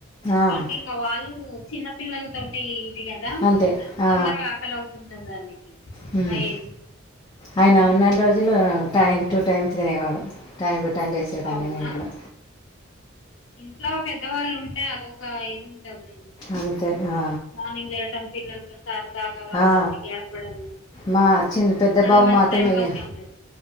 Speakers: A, on the left (about 70°); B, on the left (about 20°).
A: ఎందుకంటే
B: ఆ!
A: ఇంకా వాళ్ళు చిన్న పిల్లల తోటి ఇది గదా
B: అంతే. ఆ!
A: తొందరగా ఆకలి అవుతుంటది ఆయనకి
B: హ్మ్.
A: ఆ ఏజ్ కి
B: ఆయన
A: హ్మ్.
B: ఉన్నన్ని రోజులు టైం టు టైమ్ తినేవాడు టైం టు టైం చేసేదాన్ని
A: అవునా
B: నేను గూడా
A: ఇంట్లో పెద్దవాళ్ళు ఉంటే అదొక ఇది ఉంటదిలే
B: అంతే ఆ
A: మార్నింగ్ లేవటం పిల్లలతో సరదాగా వాళ్ళతోటి
B: ఆ!
A: గడపడము
B: మా చిన్ పెద్ద
A: అదో
B: బాబు
A: మంచి
B: మాత్రం
A: టైం
B: ఇగ
A: పాస్ గా ఉంటది